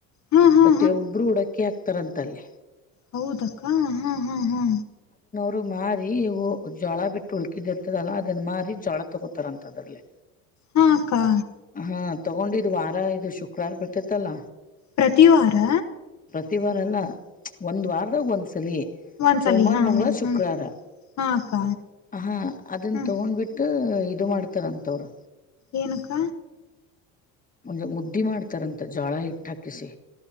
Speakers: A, on the left; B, on the left.
A: ಹಾ ಹಾ
B: ಪ್ರತಿಯೊಬ್ಬರು ಹುಡುಕಿ ಆಕ್ತ ತರಂತಲ್ಲಿ
A: ಹೌದಕ್ಕಾ ಹಾ ಹಾ ಹಾ
B: ರು ಮಾರಿ ಜೋಳ ಬಿಟ್ಟು ಉಳ್ಕಿದ ಇರ್ತದಲ್ಲಾ ಅದನ್ನ ಮಾರಿ ಜೋಳ ತಗೋತಾರಂತ ಅದ್ರಲ್ಲಿ
A: ಹಾಕ್ಕಾ
B: ಹಾ ತಗೊಂಡಿದ್ ವಾರ ಇದು ಶುಕ್ರವಾರ ಬಿಡ್ತೈತ್ತಲ್ಲ
A: ಪ್ರತಿವಾರ
B: ತ್ತಿವಾರಲ್ಲ ಒಂದ್ ವಾರದಾಗ ಒಂದ್ಸಲಿ
A: ಒಂದ್ಸಲಿ
B: ಸೋಮವಾರ
A: ಹಾ
B: ಮಂಗ್ಗಳವಾರ
A: ಹಾ ಹ್ಮ್
B: ಶುಕ್ರವಾರ
A: ಹಾ ಅಕ್ಕ
B: ಹ ಅದನ್ನ
A: ಹ್ಮ್
B: ತಗೊಂಡ್ಬಿಟ್ಟು ಇದು ಮಾಡ್ತಾರಂತವರು
A: ಏನಕ್ಕ
B: ಒಂದು ಮುದ್ದಿ ಮಾಡ್ತಾರಂತ ಜೋಳ ಹಿಟ್ಟ ಹಾಕ್ ಕೃಷಿ